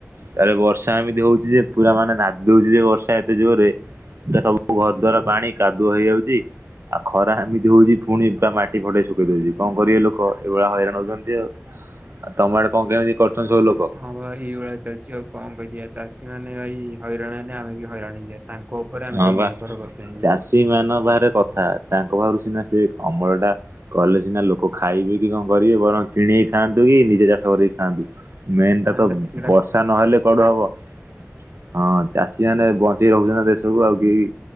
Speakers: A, on the right (about 65°); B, on the right (about 35°).
A: ତାପରେ ବର୍ଷା ଏମିତି ହଉଛି ଯେ ପୁରା ମାନେ ନାଦି ଦଉଛି ଯେ ବର୍ଷା ଏତେ ଜୋରରେ ପୁରା ସବୁ ଘର ଦଵାର ପାଣି କାଦୁଅ ହେଇଯାଉଛି ଆଉ ଖରା ଏମିତି ହଉଛି ପୁଣି ବା ମାଟି ଫଟେଇ ଶୁଖେଇ ଦଉଛି କଣ କରିବେ ଲୋକ ଏଇଭଳିଆ ହଇରାଣ ହଉଛନ୍ତି ଆଉ ଆଉ ତମ ଆଡେ କଣ କେମିତି? କରୁଛନ୍ତି ସବୁ ଲୋକ?
B: ହଁ ଭ ଏଇ ଭଳିଆ ଚାଲିଛି ଆଉ କଣ କରିବା ଚାଷୀ ମାନେ ଭାଇ ହଇରାଣ ହେଲେ ଆମେ ବି ହଇରାଣ ହେଇଯିବା। ତାଙ୍କ ଉପରେ ଆମେ
A: ହଁ
B: ସବୁ
A: ବା
B: ନିର୍ଭର କରୁଛନ୍ତି
A: ଚାଷୀ ମାନଙ୍କ ବାହାରେ କ ଥା ତାଙ୍କ ପାଖରୁ ସିନା ସେ ଅମଳ ଟା କଲେ ସିନା ଲୋକ ଖାଇବେ କି କଣ କରିବେ ବରଂ କିଣି କି ଖାଆନ୍ତୁ କି ନିଜେ ଚାଷ କରି କି ଖାଆନ୍ତୁ। ମେନ୍
B: ଯାହା
A: ଟା ତ
B: ଚାଷୀ
A: ବର୍ଷା ନହେଲେ କୁଆଡୁ ହବ ହଁ ଚାଷୀ ମାନେ ବଞ୍ଚେଇ ରଖୁଛନ୍ତି ନା ଦେଶକୁ। ସବୁ ଆଉ କେହି